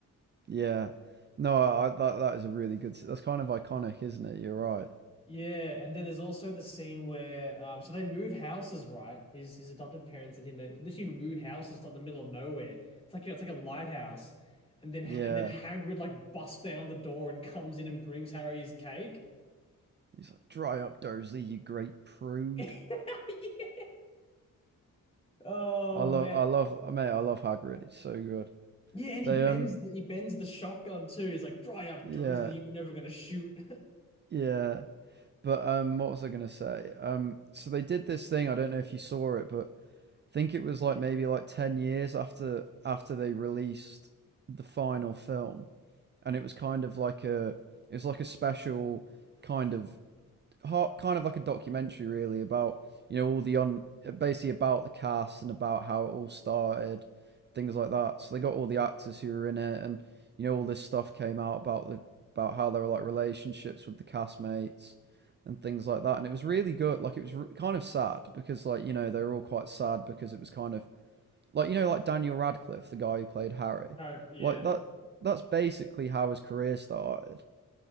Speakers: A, on the right; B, on the left.
A: yeah. No, I, I that that is a really good. s- That's kind of iconic, isn't it? You're right.
B: Yeah, and then there's also the scene where um so they move houses, right? His his adoptive parents and him they literally move houses to the middle of nowhere. It's like it's like a lighthouse. And then
A: Yeah,
B: and then Hagrid like busts down the door and <laughs> comes in and brings Harry his cake.
A: he's like, "Dry up, Dursley, you great prude."
B: <laughs> Yeah. Oh
A: I love,
B: man.
A: I love, mate, I love Hagrid. It's so good.
B: Yeah, and
A: They
B: he bends
A: um,
B: the, he bends the shotgun too. He's like, "Dry up,
A: yeah,
B: Dursley, you were never gonna shoot."
A: yeah. But um, what was I gonna say? Um, so they did this thing. I don't know if you saw it, but I think it was like maybe like 10 years after after they released the final film and it was kind of like a it was like a special kind of kind of like a documentary really about you know all the on basically about the cast and about how it all started things like that so they got all the actors who were in it and you know all this stuff came out about the about how there were like relationships with the castmates and things like that. And it was really good. Like it was kind of sad because like you know they were all quite sad because it was kind of like you know like Daniel Radcliffe, the guy who played Harry.
B: <laughs> Harry,
A: Like
B: yeah.
A: that that's basically how his career started.